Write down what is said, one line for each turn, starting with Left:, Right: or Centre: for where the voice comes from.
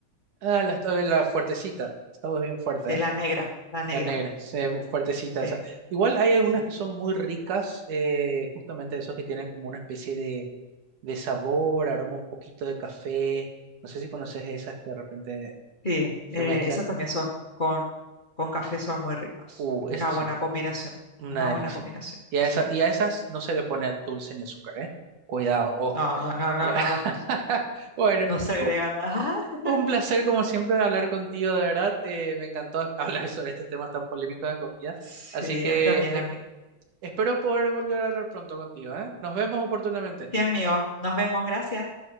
Right: Ah, la, esta- la fuertecita, esta bien fuerte,
Left: sí,
Right: ¿eh?
Left: la negra, la negra,
Right: La negra, se- fuertecita
Left: sí.
Right: esa. Igual hay algunas
Left: sí.
Right: que son muy ricas, eh, justamente esos que tienen como una especie de, de sabor, aroma, un poquito de café. No sé si conoces esas que de repente
Left: Sí,
Right: se
Left: eh,
Right: mezclan.
Left: esas también son, con, con café son muy ricas.
Right: Uh,
Left: Una
Right: esas
Left: buena
Right: son
Left: combinación,
Right: una
Left: una
Right: delicia.
Left: buena combinación,
Right: Y a,
Left: sí.
Right: esa, y a esas no se le pone dulce ni azúcar, ¿eh? Cuidado, ojo.
Left: No, no, no,
Right: <laughs>
Left: nada.
Right: Bueno,
Left: No se agrega
Right: u-
Left: nada. <laughs>
Right: un placer como siempre hablar contigo, de verdad. Eh, me encantó <laughs> hablar sobre estos temas tan polémicos de comida.
Left: Sí,
Right: Así que
Left: a mí también,
Right: eh,
Left: amigo.
Right: espero poder volver a hablar pronto contigo, ¿eh? Nos vemos oportunamente.
Left: Sí, amigo. Nos vemos. Gracias.